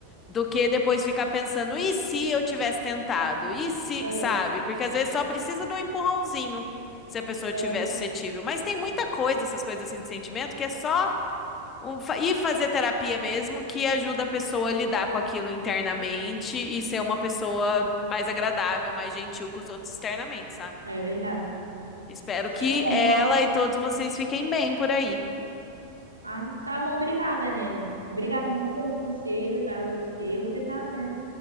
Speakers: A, on the left; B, on the right.
A: do que depois ficar pensando, e se eu tivesse tentado? E se,
B: É,
A: sabe? Porque às vezes só precisa de um empurrãozinho, se a pessoa
B: é
A: tiver
B: verdade.
A: suscetível. Mas tem muita coisa, essas coisas assim de sentimento, que é só um, fa- e fazer terapia mesmo, que ajuda a pessoa a lidar com aquilo internamente e ser uma pessoa mais agradável, mais gentil com os outros externamente, sabe?
B: É verdade.
A: Espero
B: Sim,
A: que
B: eu concordo.
A: ela e todos vocês fiquem bem por aí.
B: Ah, tá bom, obrigada, Helene. Obrigada muito pelo conselho, tá? Gostei. Eu vou tentar até